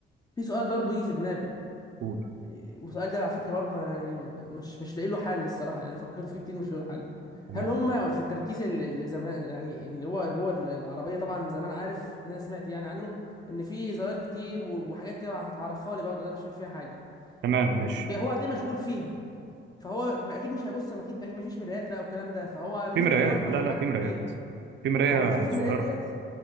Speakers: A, on the left; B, on the right.
A: في سؤال برضو يجي في دماغي
B: قول.
A: إيه، والسؤال ده على فكره برضو انا يعني م- مش مش لاقي له حل الصراحه يعني فكرت فيه كتير مش لاقي له حل
B: تمام
A: هل هم في التركيز اللي اللي زمان يعني اللي هو جوه ال- العربيه طبعا زمان عارف اللي انا سمعت يعني عنه ان في زراير كتير و- وحاجات تبع هتعرفها لي برضه انا مش فاهم فيها حاجه
B: تمام
A: إيه،
B: ماشي
A: هو هتلاقيه مشغول فيها فهو ما- اكيد مش هيبص ما اكيد ما فيش مرايات بقى والكلام ده فهو بنسبه
B: في مرايات
A: ان هو يخبط
B: لا
A: في
B: لا
A: حد
B: في مرايات
A: كبيره
B: في مراية
A: فهو بيشوف
B: صغيرة
A: المرايات ديت